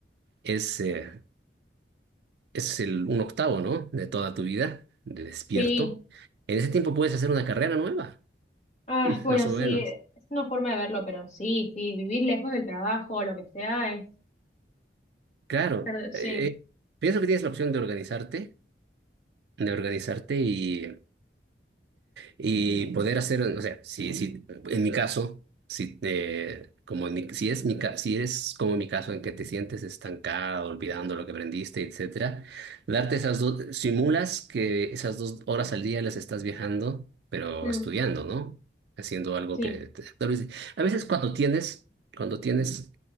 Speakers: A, on the right (about 70°); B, on the left (about 40°).
A: es, eh, es el, un octavo, ¿no? De toda tu vida, de despierto.
B: Sí,
A: En ese tiempo puedes hacer una carrera nueva,
B: ah,
A: <laughs>
B: bueno,
A: más o
B: sí,
A: menos.
B: es una forma de verlo, pero sí, sí, vivir lejos del trabajo o lo que sea
A: Claro,
B: Pero sí,
A: eh, eh, pienso que tienes la opción de organizarte, de organizarte y Y poder hacer, o sea, si, si, en mi caso, si, te- como en mi- si, es mi, ca- si eres como mi caso en que te sientes estancado, olvidando lo que aprendiste, etcétera, darte esas dos, simulas que esas dos horas al día las estás viajando, pero
B: mm,
A: estudiando, ¿no? Haciendo algo
B: sí,
A: que... te- tal vez- a veces cuando tienes, cuando tienes